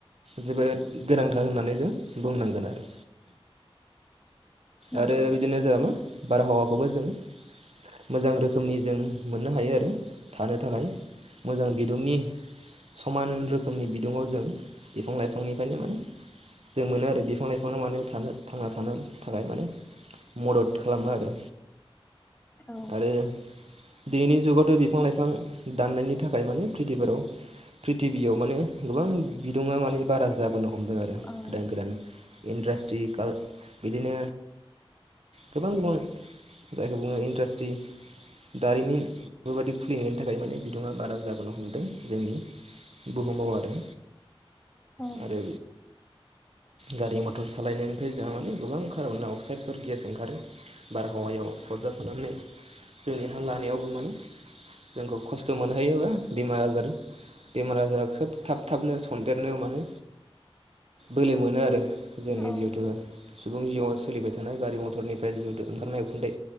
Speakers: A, on the right; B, on the left.
A: जोबोद गोनांथार होननानै जों बुंनांगोन आरो।
B: नंगौ
A: आरो बिदिनो जोंहा मा बारहावाखौबो जों मोजां रोखोमनि जों मोननो हायो आरो थानो थाखाय मोजां बिदुंनि समान रोखोमनि बिदुङाव जों बिफां लाइफांनिफ्रायनो माने। जों मोनो आरो बिफां लाइफाङा माने थानो थांना थानो थाखाय माने। मदद खालामो आरो।
B: औ
A: आरो दिनैनि जुगावथ' बिफां लाइफां दाननायनि थाखाय माने प्रिथिफाराव। प्रिथिबियाव माने गोबां बिदुंङा माने बारा जाबोनो हमदों आरो
B: औ।
A: गोदान गोदान इन्डास्ट्रि काल बिदिनो गोबां गोबां जायखौ बुंङो इन्डास्ट्रि दारिमिन बेफोरबायदि खुलिनायनि थाखाय माने बिदुंङा बारा जाबोनो हमदों। जोंनि बुहुमाव आरो।
B: औ।
A: आरो गारि मथर सालायनायनिफ्राय जोंहा माने गोबां कार्बनडाय‍-अक्साइडफोर गेस ओंखारो। बारहावायाव सरजाबफानानै जोंनि हां लानायावबो माने जोंखौ खस्थ' मोनहैयो बा बेमार आजार बेमार आजारा खोब थाब थाबनो सन्देरनो माने बोलो मोनो आरो। जोंनि
B: औ औ
A: जिहेथु सुबुं जिउआव सोलिबाय थानाय गारि मथरनिफ्राय जिहेथु ओंखारनाय उखुन्दै